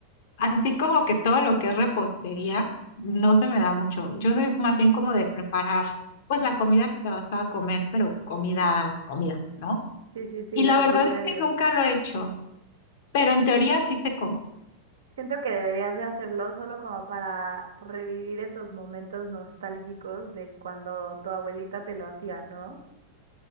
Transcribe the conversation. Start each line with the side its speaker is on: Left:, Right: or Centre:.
Left: así como que todo lo que es repostería no se me da mucho. Yo soy más bien como de preparar, pues la comida que te vas a comer, pero comida, comida, ¿no?
Right: Sí, sí, sí,
Left: Y
Right: la
Left: la verdad
Right: del diario.
Left: es que nunca lo he hecho, pero en teoría sí sé cómo.
Right: Siento que deberías de hacerlo solo como para revivir esos momentos nostálgicos de cuando tu abuelita te lo hacía, ¿no?